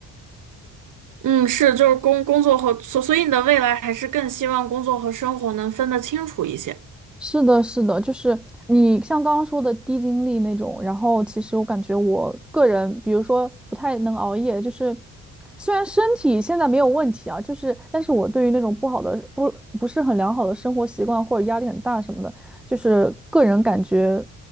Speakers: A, on the right; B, in the centre.
A: 嗯，是，就是工工作和所，所以你的未来还是更希望工作和生活能分得清楚一些。
B: 是的，是的，就是你像刚刚说的低精力那种，然后其实我感觉我个人，比如说不太能熬夜，就是虽然身体现在没有问题啊，就是但是我对于那种不好的不不是很良好的生活习惯或者压力很大什么的，就是个人感觉，